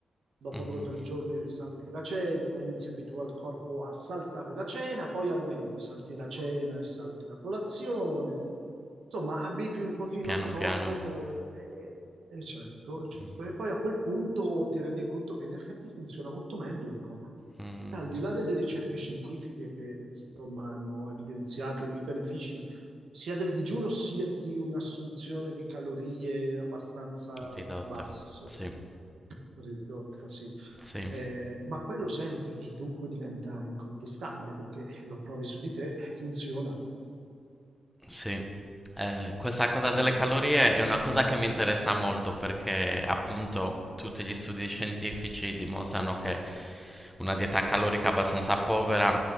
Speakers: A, on the right; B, in the centre.
A: dopo
B: Mh-mh.
A: due o tre giorni risalti la cena, inizi a abituare il corpo a saltare la cena, poi aumenti, salti la cena e salti la colazione. Insomma, abitui un pochino
B: Piano,
A: il corpo
B: piano.
A: po- e, e certo, certo.
B: Mh-mh.
A: E poi a quel punto ti rendi conto che in effetti funziona molto meglio il corpo.
B: Mh,
A: Al di là delle ricerche scientifiche che insomma hanno evidenziato i benefici sia del digiuno sia di un'assunzione di calorie abbastanza
B: ridotta.
A: basso,
B: Sì.
A: ridotta, sì.
B: Sì.
A: Eh, ma poi lo senti e dunque diventa incontestabile perché lo provi su di te e funziona.
B: Sì, Eh, questa cosa
A: Dunque.
B: delle calorie è una cosa che mi interessa molto perché appunto tutti gli studi scientifici dimostrano che una dieta calorica abbastanza povera